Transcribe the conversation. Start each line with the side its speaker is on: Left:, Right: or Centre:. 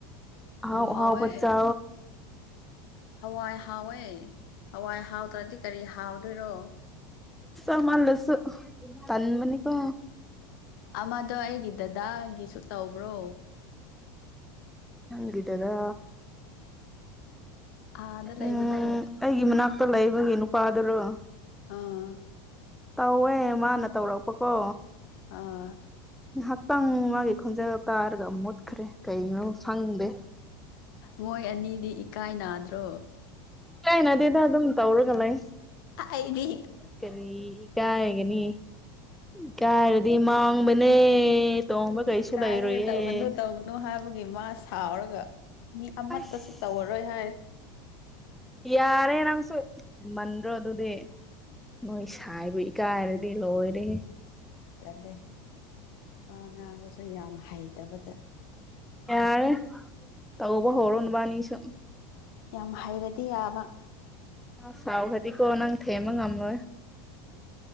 Centre: ꯍꯥꯎ
Left: ꯌꯥꯝ ꯍꯥꯎꯋꯦ
Centre: ꯍꯥꯎ ꯄ ꯆ
Left: ꯍꯋꯥꯏ ꯍꯥꯎꯋꯦ ꯍꯋꯥꯏ ꯍꯥꯎꯇ꯭ꯔꯗꯤ ꯀꯔꯤ ꯍꯥꯎꯗꯣꯏꯔꯣ
Centre: ꯏꯃꯜꯁꯨ ꯇꯟ ꯃꯅꯤꯒꯣ
Left: ꯑꯃꯗꯣ ꯑꯩꯒꯤ ꯗꯗꯥꯒꯤꯁꯨ ꯇꯧꯕ꯭ꯔꯣ
Centre: ꯍꯪꯗꯗ
Left: ꯑꯥꯗ ꯂꯩꯕꯗꯣ
Centre: ꯎꯝ ꯑꯩꯒꯤ ꯃꯅꯥꯛꯇ ꯂꯩꯕꯒꯤ ꯅꯨꯄꯥꯗꯨꯔꯣ
Left: ꯑꯥ
Centre: ꯇꯧꯋꯦ ꯃꯥꯅ ꯇꯧꯔꯛꯄꯀꯣ
Left: ꯑ
Centre: ꯉꯥꯏꯍꯥꯛꯇꯪ ꯃꯥꯒꯤ ꯈꯣꯟꯖꯦꯜ ꯇꯥꯔꯒ ꯃꯨꯠꯈ꯭ꯔꯦ ꯀꯩꯅꯣ ꯁꯪꯗꯦ
Left: ꯃꯣꯏ ꯑꯅꯤꯗꯤ ꯏꯀꯥꯏ ꯅꯥꯗ꯭ꯔꯣ
Centre: ꯏ ꯀꯥꯏꯅꯗꯤꯗ ꯑꯗꯨꯝ ꯇꯧꯔꯒ ꯂꯩ
Left: ꯍꯥꯏꯗꯤ
Centre: ꯀꯔꯤ ꯏꯀꯥꯏꯒꯅꯤ ꯏꯀꯥꯏꯔꯗꯤ ꯃꯥꯡꯕꯅꯦ ꯇꯣꯡꯕ
Left: ꯑꯩꯗꯤ
Centre: ꯀꯩꯁꯨ
Left: ꯏꯀꯥꯏꯌꯦ
Centre: ꯂꯩꯔꯣꯏꯌꯦ
Left: ꯇꯧꯒꯅꯨ ꯇꯧꯒꯅꯨ ꯍꯥꯏꯕꯒꯤ ꯃꯥ ꯁꯥꯎꯔꯒ ꯃꯤ ꯑꯃꯠꯇꯁꯨ
Centre: ꯑꯁ
Left: ꯇꯧꯔꯔꯣꯏ ꯍꯥꯏ
Centre: ꯌꯥꯔꯦ ꯅꯪꯁꯨ ꯃ ꯭ꯔꯣ ꯑꯗꯨꯗꯤ ꯅꯣꯏ ꯁꯥꯏꯕ ꯏ ꯀꯥꯏꯔꯗꯤ ꯂꯣꯏꯔꯦ
Left: ꯆꯠꯂꯦ ꯑ ꯉꯥꯡꯕꯁꯨ ꯌꯥꯝ ꯍꯩꯇꯕꯗ
Centre: ꯌꯥꯔꯦ ꯇꯧꯕꯕꯨ ꯍꯔꯟꯕꯥꯅꯤꯁꯨ
Left: ꯌꯥꯝ ꯍꯩꯔꯗꯤ ꯌꯥꯕ
Centre: ꯃꯥ ꯁꯥꯎꯕꯗꯤ ꯀꯣ ꯅꯪ ꯊꯦꯃ ꯉ ꯑꯃ